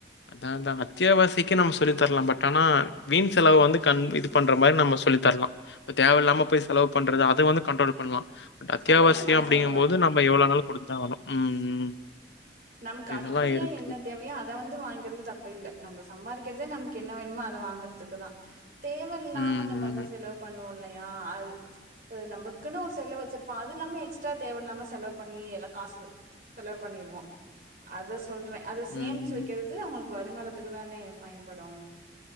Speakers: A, on the left (about 80°); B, on the right (about 50°).
A: அதா தா அத்தியாவசிக்கு நம்ம சொல்லித்தரலா பட் ஆனா வீண் செலவு வந்து கண் இது பண்ற மாரி நம்ம சொல்லித்தரலா தேவையில்லாம போய் செலவு பண்றது அத வந்து கண்ட்ரோல் பண்ணலா அத்தியாவாசிய
B: அத தான் நான்
A: அப்படிங்கும்
B: சொல்றேன்.
A: போது நம்ம எவ்ளோ நாலு குடுத்தா ஆகனு ம்
B: நமக்கு அடிப்படையா
A: இதெல்லாம் இருக்கு.
B: என்ன தேவையோ அத வந்து வாங்கி கிறது தப்போ இல்ல நம்ம சம்பாரிக்கிறதே நமக்கு என்ன வேணுமோ அத வாங்குறதுக்கு தா தேவ இல்லாம
A: ம்.
B: நம்ம வந்து
A: ம்.
B: செலவு பண்ணுவோ இல்ல யா அது நம்மக்குன்னு ஒரு செலவு வச்சிருப்போ அதுல்லாம எக்ஸ் ட்றா தேவ இல்லாம செலவு பண்ணி எல்லா காசு செலவு பண்ணிருவோ அத சொல்றே அத சேமிச்சு
A: ம்.
B: வைக்கிறது அவுங்க வருங்காலத்துக்கு தானே பயன்படும்